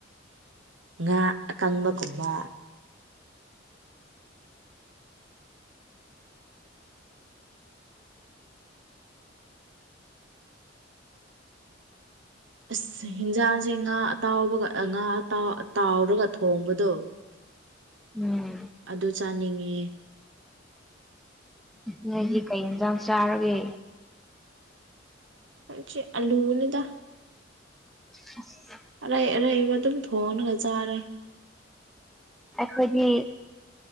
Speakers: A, on the right; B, in the centre.
A: ꯉꯥ ꯑꯀꯪꯕꯒꯨꯝꯕ꯫ ꯑꯁ ꯍꯤꯟꯖꯥꯡꯁꯦ ꯉꯥ ꯑꯇꯥꯎꯕꯒ ꯉꯥ ꯇꯥ ꯇꯥꯎꯔꯒ ꯊꯣꯡꯕꯗꯣ꯫
B: ꯎꯝ
A: ꯑꯗꯨ ꯆꯥꯅꯤꯡꯉꯦ꯫
B: ꯅꯣꯏꯗꯤ ꯀꯩ ꯍꯤꯟꯖꯥꯡ ꯆꯥꯔꯒꯦ꯫
A: ꯆꯦ ꯑꯂꯨꯅꯤꯗ꯫
B: <unintelligible>
A: ꯑꯔꯩ ꯑꯔꯩꯕ ꯑꯗꯨꯝ ꯊꯣꯡꯂꯒ ꯆꯥꯔꯦ꯫
B: ꯑꯩꯈꯣꯏꯗꯤ